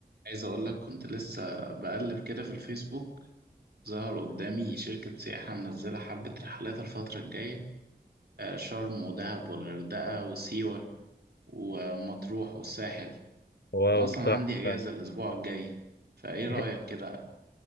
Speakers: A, on the right (about 75°); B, on the left (about 80°).
A: عايز اقول لك كنت لسه بقلب كده في الفيسبوك ظهر قدامي شركة سياحة منزلة حبة رحلات الفترة الجاية آه، شرم ودهب والغردقة وسيوة ومطروح والساحل
B: واو
A: انا اصلا
B: تحفة
A: عندي اجازة الاسبوع الجاي فايه رأيك
B: <laughs>
A: كده